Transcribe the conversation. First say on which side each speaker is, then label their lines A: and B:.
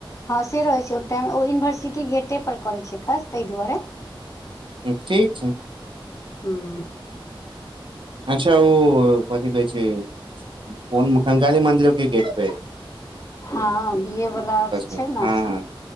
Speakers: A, on the left; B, on the right.
A: हँ से रहै छैय ओ टाइम ओ यूनिवर्सिटी गेटे पर करै छैय काज ताहि दुआरे।
B: ठीक छैय।
A: हँ
B: अच्छा ओ कथी कहै कोन कंगाली मन्दिर ठीक अछि
A: हँ बी ए वला त
B: मे
A: छैय ने
B: हँ
A: ह